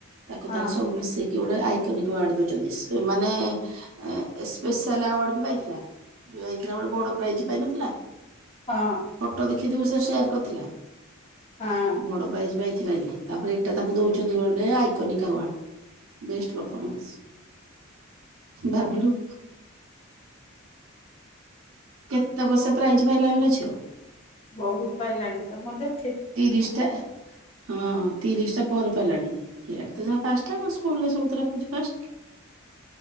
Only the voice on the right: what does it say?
ତାକୁ
ତାରେ ସବୁ ମିଶେଇକି ଗୋଟେ ଆଇ କେନିକି ୱାଡ୍ ଦୋଉଚନ୍ତି ସେ ମାନେ ଏ ଏସପେସାଲ ଆୱାଡ୍ ବି ପାଇଥିଲା। ଯୋଉ ଆଇଥିଲା ଗୋଟେ ବଡ ପ୍ରାଇଜ ପାଇନଥିଲା?
ଫଟୋ ଦେଖିଥିବୁ ସେ ସେୟାର କରିଥିଲା
ବଡ ପ୍ରାଇଜ ପାଇଥିଲା ବି। ତାପରେ ଏଟା ତାକୁ ଦୋଉଚନ୍ତି ଗୋଟେ ଆଇକନିକ୍ ଆୱାର୍ଡ୍ ବେଷ୍ଟ୍ ପଫୋମାନସ୍ ଭାବିଲୁ କେତେକ ସେ ପ୍ରାଇଜ୍ ପାଇଲାଣିି ଲୋ ଝିଅ।
ତିରିିଶଟା ହଁ ତିରିଶଟା ପରେ ପାଇଲାଣି ସିଆଡେ ତ ଯାହା ପାଞ୍ଚଟା ନହ ସ୍କୁରରେ ସବୁଥିରେ ହୋଉଚି ଫାଷ୍ଟ।